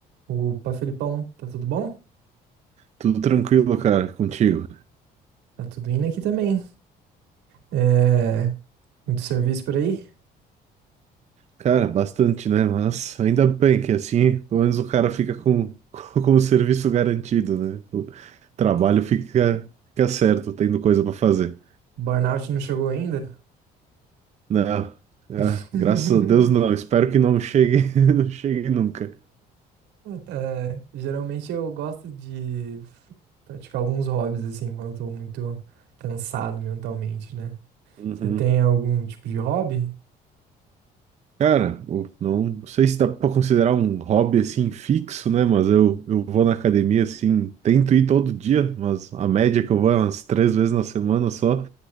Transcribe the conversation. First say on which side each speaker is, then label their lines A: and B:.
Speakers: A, on the right; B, on the right.
A: Opa, Felipão, tá tudo bom?
B: Tudo tranquilo, cara, contigo.
A: Tá tudo indo aqui também. É, muito serviço por aí?
B: Cara, bastante, né? Mas ainda bem que assim, pelo menos o cara fica com, <laughs> com o serviço garantido, né? O trabalho fica, fica certo, tendo coisa pra fazer.
A: Burnout não chegou ainda?
B: Não, ah,
A: <laughs>
B: graças a Deus não. Espero que não chegue, <laughs> não chegue nunca.
A: É, geralmente eu gosto de f- praticar alguns hobbies assim, quando eu tô muito cansado mentalmente, né?
B: Uhum.
A: Você tem algum tipo de hobby?
B: Cara, o- não sei se dá pra considerar um hobby assim fixo, né? Mas eu, eu vou na academia assim, tento ir todo dia, mas a média que eu vou é umas três vezes na semana só.